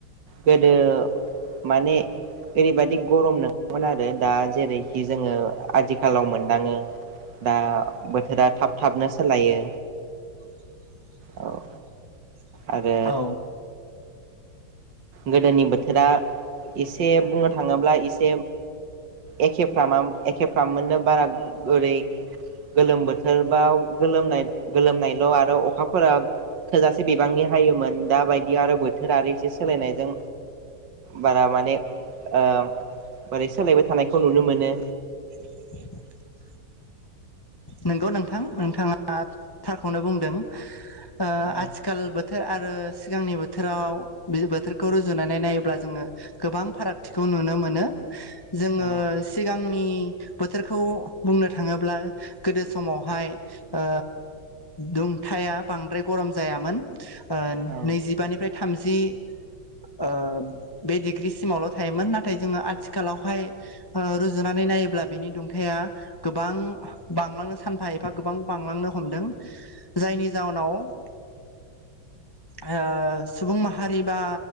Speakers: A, on the right; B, on the left.
A: गोदो माने ओरैबायादि गरम नङोमोन आरो दा जेरैखि जोङो आथिखालाव मोन दाङो दा बोथोरा थाब थाबनो सोलायो
B: <inaudible>
A: औ आरो
B: औ
A: गोदोनि बोथोरा एसे बुंनो थाङोब्ला एसे एखेफ्रामा एखेफ्रामोननो बारा ओरै गोलोम बोथोर बा गोलोमनाय गोलोमनायल' आरो अखाफोरा थोजासे बिबांनि हायोमोन दााबायदि आरो बोथोर आरो एसे सोलायनायजों बारा माने ओ बोरै सोलायबाय थानायखौ नुनो मोनो
B: <inaudible> नंगौ नोंथां नोंथाङा थारखौनो बुंदों ओ
A: औ
B: आथिखाल बोथोर आरो सिगांनि बोथोराव बोथोरखौ रुजुनानै नायोब्ला जोङो गोबां फारागथिखौ नुनो मोनो। जोङो
A: औ
B: सिगांनि बोथोरखौ बुंनो थाङोब्ला गोदो समावहाय ओ दुंथाया बांद्राय गरम जायामोन। ओ
A: औ
B: नैजिबानिफ्राय थामजि ओ बे डिग्रि सिमावल' थायोमोन नाथाय जोङो आथिखालावहाय ओ रुजुनानै नाय योब्ला बिनि दुंथाया गोबां बांलांनो सानफा एफा गोबां बांलांनो हमदों जायनि जाउनाव <inaudible> ओ सुबुं माहारि बा